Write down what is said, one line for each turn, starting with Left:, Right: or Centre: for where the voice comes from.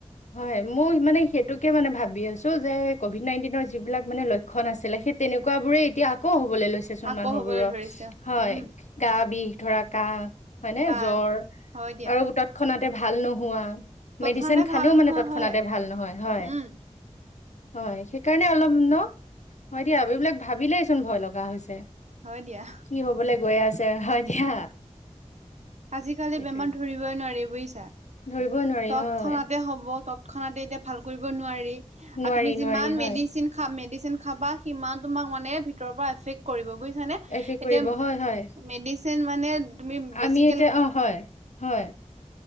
Left: হয়, মই মানে সেইটোকে মানে ভাবি আছো যে কভিড নাইটিনৰ যি যিবিলাক মানে লক্ষণ আছিলে সেই তেনেকুৱা বোৰে এতিয়া আকৌ হ বলে লৈছেচোন
Right: আকৌ
Left: মানুহবোৰৰ।
Right: হবলৈ ধৰিছে
Left: হয়,
Right: উম
Left: গা বিষ ধৰা কাহ হয়নে
Right: কাহ
Left: জ্বৰ
Right: হয় দিয়া
Left: আৰু তৎক্ষণাতে ভাল নোহোৱা।
Right: তৎক্ষণাতে
Left: মেডিচিন খালেও
Right: ভাল নোহোৱা
Left: মানে তৎক্ষণাতে
Right: হয়
Left: ভাল নহয়, হয়।
Right: উম
Left: হয়, সেইকাৰণে অলপ ন! হয় দিয়া এইবিলাক ভাবিলেইচোন ভয় লগা হৈছে।
Right: হয় দিয়া।
Left: কি হবলে গৈ আছে, হয় দিয়া।
Right: আজিকালি
Left: সেইটোৱে
Right: বেমাৰ ধৰিবই নোৱাৰি, বুইছা?
Left: ধৰিবই নোৱাৰি
Right: তৎক্ষণাতে
Left: হয়
Right: হ'ব তৎক্ষণাতে এতিয়া ভাল কৰিব নোৱাৰি। আৰু
Left: নোৱাৰি
Right: তুমি যিমান
Left: নোৱাৰি হয়
Right: মেডিচিন খা মেডিচিন খাবা সিমান তোমাক মানে ভিতৰৰ পৰা এফেক্ট কৰিব বুজিছানে,
Left: এফেক্ট
Right: এতিয়া
Left: কৰিব হয় হয়
Right: মেডিচিন মানে তুমি
Left: আমি
Right: বেছি
Left: অ হয়, হয়